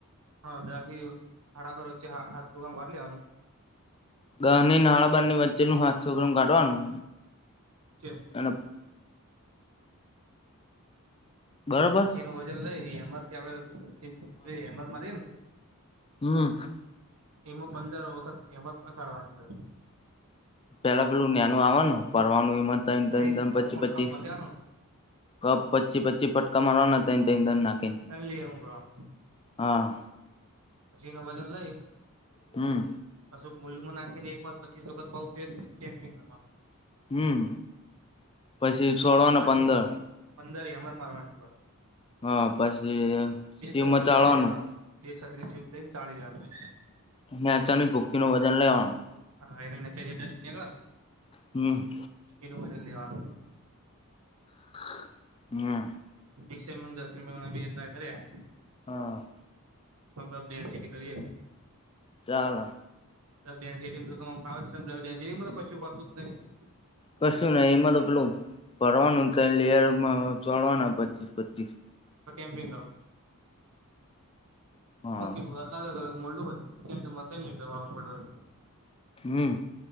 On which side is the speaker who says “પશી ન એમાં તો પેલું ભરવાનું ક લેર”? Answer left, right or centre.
Left